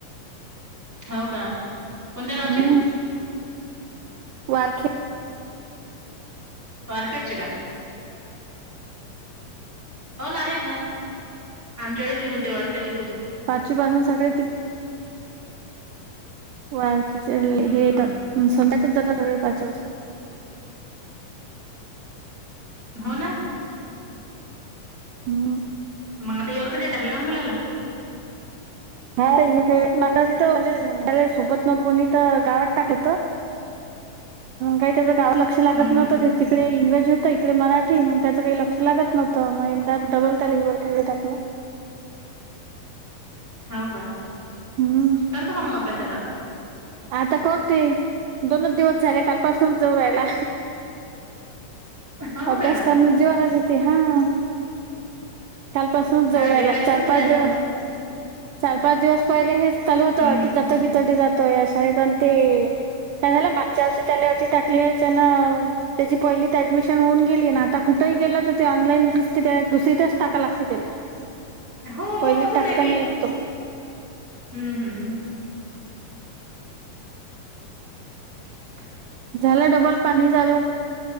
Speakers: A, in the centre; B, on the right.
A: हो का कोणत्या गावाचे
B: हम्म. वारखे
A: वर खेरची का <unintelligible> हो ना आहेत ना आमच्याकडेळेच बी होते वाडक्याचे
B: पाचशे पासून सगळे त वारखे
A: हम्म
B: हे येतात
A: हम्म
B: सध्या जातात सगळे पाच वासून
A: हो ना
B: हम्म
A: मग आता एव खेळाला टाकलं का मुलाला
B: हा मशी तर म्हणजे सोबत न कोणी तर गावात टाकलंत काही त्याच गाव लक्ष
A: हम्म
B: लागत नव्हतं
A: हम्म
B: तिकडे इंग्रजी इकडे मराठी मग त्याचं काही लक्ष लागत नव्हं मगंदा डबल त्याला हिवरर खेळलं टाकलं <inaudible> <inaudible>
A: हो का
B: हम्म
A: करतो का मग अभ्यास आता
B: आता करते दोनच दिवस झाले कालपासूनच जाऊ रायला
A: हो
B: अभ्यास
A: का
B: करनं जीवावर येतय हां कालपासूनच जऊ
A: हा
B: राहला
A: लेकरायच
B: चार
A: तसच
B: पाच
A: आहे
B: दिवस
A: मग
B: चार पाच दिवस पहिले हेच चालू होतं
A: हम्म
B: अटी
A: हम्म
B: जातो की तटी जातोय या शाळेत अनं ते काय झाल <unintelligible> टाकल्या त्याची पहिलीच आडमिशन गेली ना आता कुठेही गेलं तर ते ऑनलाईन तिथ दुसरीतच टाकाय लागते त्याला
A: हो
B: पहिलीत
A: तसच
B: टाकता
A: आहे ते
B: नाही येत तो
A: हम्म हम्म <inaudible>
B: झाला डबल पाणी चालु